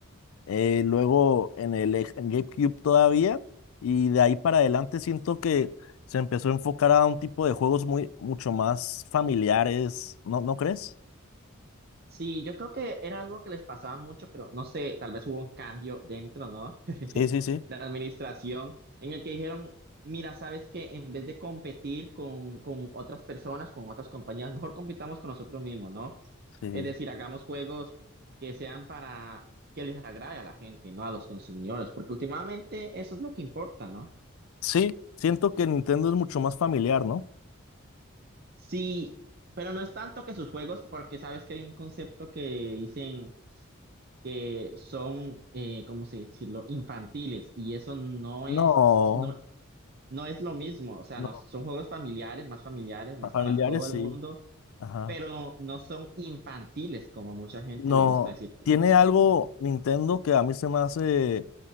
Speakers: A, on the left; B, on the right.
A: eh, luego en el ex- en GameCube todavía, y de ahí para adelante siento que se empezó a enfocar a un tipo de juegos muy, mucho más familiares, ¿no, no crees?
B: Sí, yo creo que era algo que les pasaba mucho, pero no sé, tal vez hubo un cambio dentro, ¿no? <laughs>
A: Sí, sí, sí,
B: De la administración, en el que dijeron, mira, sabes que en vez de competir con, con otras personas, con otras compañías, mejor compitamos con nosotros mismos, ¿no?
A: sí.
B: Es decir, hagamos juegos que sean para que les agrade a la gente, ¿no? A los consumidores, porque últimamente eso es lo que importa, ¿no?
A: Sí, siento que Nintendo es mucho más familiar, ¿no?
B: Sí, pero no es tanto que sus juegos, porque sabes que hay un concepto que dicen que son, eh, ¿cómo se decirlo?, infantiles y eso no
A: No,
B: es, no, no es lo mismo, o sea,
A: no,
B: no, son juegos familiares, más familiares, más
A: familiares
B: para todo
A: sí.
B: el mundo,
A: Ajá.
B: pero no son infantiles como mucha gente
A: No,
B: les gusta decirte.
A: tiene algo Nintendo que a mí se me hace